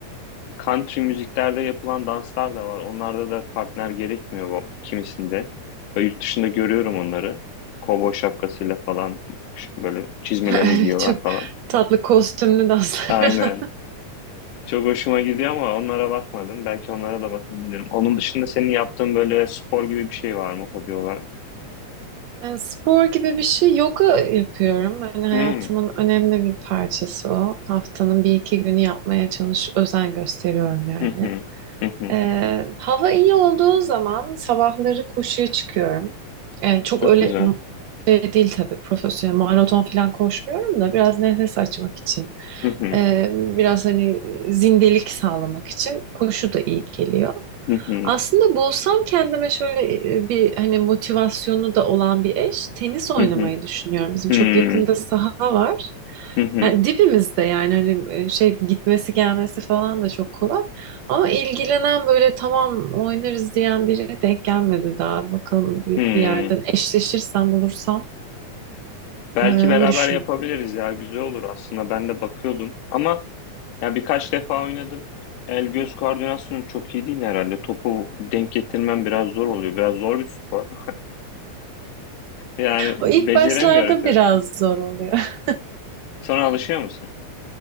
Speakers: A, on the left; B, on the right.
A: country müziklerde yapılan danslar da var. Onlarda da partner gerekmiyor bu- kimisinde. Böyle yurt dışında görüyorum onları. Kovboy şapkasıyla falan ş- böyle çizmelerini
B: <laughs>
A: giyiyorlar
B: Çok
A: falan.
B: tatlı kostümlü danslar.
A: Aynen.
B: <laughs>
A: Çok hoşuma gidiyor ama onlara bakmadım. Belki onlara da bakabilirim. Onun dışında senin yaptığın böyle spor gibi bir şey var mı hobi olarak?
B: E, spor gibi bir şey yoga yapıyorum. Hani hayatımın
A: Hmm.
B: önemli bir parçası o. Haftanın bir iki günü yapmaya çalış, özen gösteriyorum yani.
A: Hı hı. Hı hı.
B: E, hava iyi olduğu zaman sabahları koşuya çıkıyorum. E, çok
A: Çok
B: öyle
A: güzel.
B: m- şey değil tabii profesyonel maraton falan koşmuyorum da biraz nefes açmak için.
A: Hı hı.
B: E, biraz hani zindelik sağlamak için koşu da iyi geliyor.
A: Hı hı.
B: Aslında bulsam kendime şöyle e, bir hani motivasyonu da olan bir eş tenis oynamayı
A: Hı hı.
B: düşünüyorum. Bizim
A: Hmm.
B: çok yakında saha var.
A: Hı hı.
B: Yani dibimizde yani hani e, şey gitmesi gelmesi falan da çok kolay. Ama ilgilenen böyle tamam oynarız diyen biri denk gelmedi daha. Bakalım bir,
A: Hmm.
B: bir yerden eşleşirsem bulursam
A: Belki
B: e, onu
A: beraber
B: düşünüyorum.
A: yapabiliriz ya. Güzel olur aslında. Ben de bakıyordum. Ama ya birkaç defa oynadım. El göz koordinasyonum çok iyi değil herhalde. Topu denk getirmem biraz zor oluyor. Biraz zor bir spor. <laughs> Yani
B: O ilk
A: beceremiyorum
B: başlarda
A: çok.
B: biraz zor oluyor.
A: Sonra alışıyor musun?